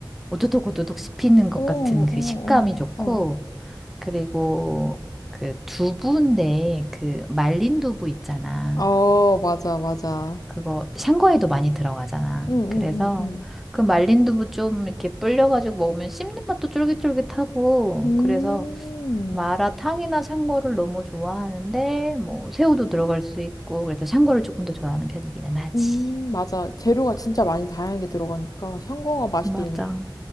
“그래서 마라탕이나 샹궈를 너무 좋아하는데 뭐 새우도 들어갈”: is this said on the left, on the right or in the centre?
Centre